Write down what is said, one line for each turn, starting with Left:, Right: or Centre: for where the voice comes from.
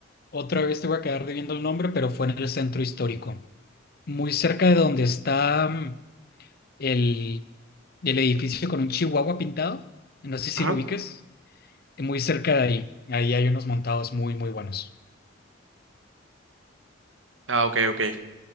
Left: otra vez te voy a quedar debiendo el nombre, pero fue en el centro histórico, muy cerca de donde está mm, el, el edificio con un chihuahua pintado. No sé si
Right: Ajá.
Left: lo ubiques, eh, muy cerca de ahí. Ahí hay unos montados muy, muy buenos.
Right: Ah, ok, ok.